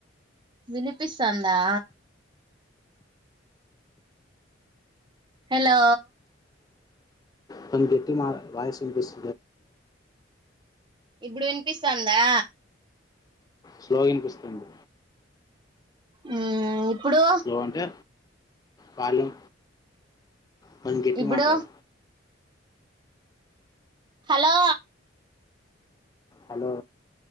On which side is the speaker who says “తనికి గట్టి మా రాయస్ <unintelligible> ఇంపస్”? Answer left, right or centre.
Left